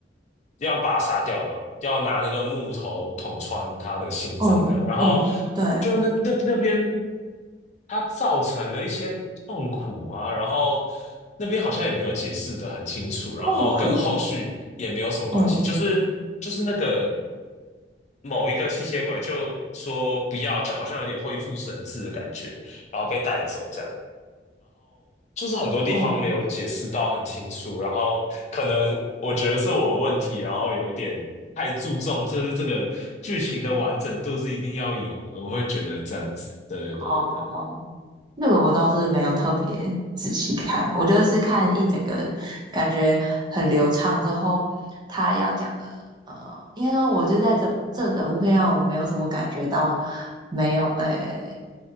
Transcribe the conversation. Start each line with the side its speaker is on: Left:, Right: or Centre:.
Left: 要把她杀掉的，要拿那个木头捅穿他的心脏这样。
Right: 嗯嗯，
Left: 然后
Right: 对，
Left: 就那那那边，他造成了一些痛苦啊，然后那边好像也没有解释的很清楚，然后跟后续也没有什么关系，
Right: 痛苦。嗯
Left: 就是就是那个。某一个吸血鬼就说不要，就好像有点恢复神智的感觉，然后被带走，这样就是很多地方没有解释到很清楚，
Right: 嗯，
Left: 然后可能我觉得是我的问题，然后有一点太注重，就是这个剧情的完整度是一定要有的，我会觉得这样子，对对对对，
Right: 哦，那个我倒是没有特别仔细看，我就是看一整个感觉很流畅之后，他要讲的，呃，应该说我就在这这整部片上，我没有什么感觉到没有诶、